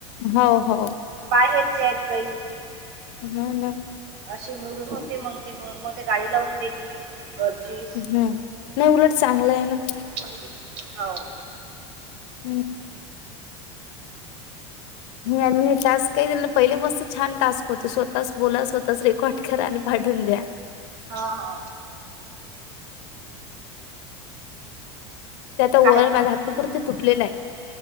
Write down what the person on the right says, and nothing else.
बाहेरचे आहेत काई
असे मुरूम होते मग ते मुरूम मग ते गाडी लावून दिली घरची.
<unintelligible> हावू..
हो ह.
काय